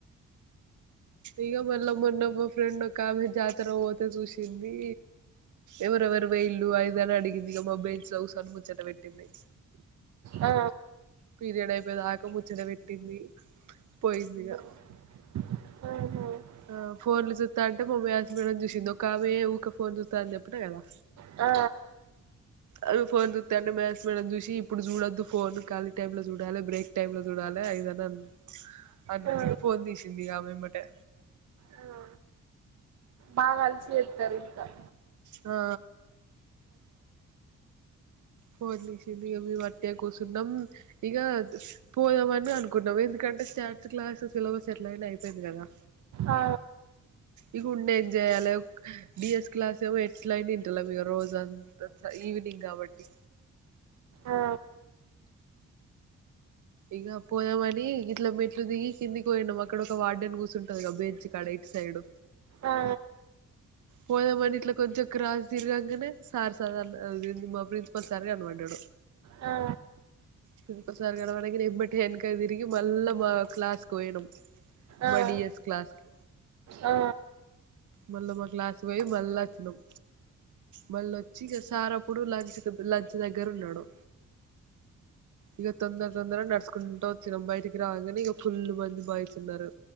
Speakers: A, on the right; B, on the right.
A: ఇగా మళ్ళా మొన్నో ఒక ఫ్రెండ్ ఒక ఆమె జాతర పోతే చూసింది ఎవరెవరు పోయిళ్లు అది ఇది అని అడిగింది. ఇగా మా బెంచ్ లో కూర్చొని ముచ్చట పెట్టింది
B: ఆ
A: పీరియడ్ అయిపోయేదాక ముచ్చట పెట్టింది పోయింది. ఇగా
B: ఆ ఆహా
A: ఆ ఫోన్లు చూస్తాంటే మా మాథ్స్ మేడం చూసింది. ఒక ఆమె ఊకే ఫోన్ చూస్తాదాని చెప్పిన కదా
B: ఆ
A: ఆమె ఫోన్ చూత్తాంటే మ్యాస్ మేడం చూసి ఇప్పుడు చూడొద్దు ఫోన్ కాలి టై లో చూడాలి బ్రేక్ టైమ్ లో చూడాలి అది ఇదని అన్నది
B: ఆ
A: ఫోన్ తీసింది ఆమె ఏమ్మటే
B: ఆ బాగా అలుసు చేత్తరు త
A: ఆ ఫోన్ చేసింది ఇగా మేమ్ వట్టిగా కూర్చున్నాం. ఇగా పోదాంమని అనుకున్నాం ఎందుకంటే స్టాట్స్ క్లాస్ సిలబస్ ఎట్ల అయినా అయిపోయింది. కదా
B: ఆ
A: ఇగుండేమ్ చేయ్యాలి డిఎస్ క్లాస్ ఏమో ఎట్లైనా ఇంటాలేము. ఇగా రోజు అంత ఈవినింగ్ కాబట్టి
B: ఆ
A: ఇగా పోదామని ఇట్లా మెట్లు దిగి కిందికి పోయిండు అక్కడ ఒక వార్డెని కూర్చుంటది బెంచ్ కాడ ఇటు సైడ్
B: ఆ ఆ
A: పోదామని ఇట్లా కొంచెం క్రాస్ తిరగంగానే సార్ సార్ అదేంది మా ప్రిన్సిపల్ సార్ కనపడ్డాడు.
B: ఆ
A: ప్రిన్సిపల్ సార్ కడబడ్గానే ఎమ్మటే వెనక్కి తిరిగి మళ్ళా మా క్లాస్కు పోయినం.
B: ఆ
A: మై డియర్ క్లాస్ కి
B: ఆ
A: మళ్ళా మా క్లాస్ పోయి మళ్ళా వచ్చినాం. మళ్ళా వచ్చి ఇగా సార్ అప్పుడు లంచ్ లంచ్ దగ్గర ఉన్నాడు ఇగా తొందర తొందర నడుచుకుంటా వచ్చినాం బయటికి రాంగానే ఇగా ఫుల్ మంది బాయ్స్ ఉన్నారు.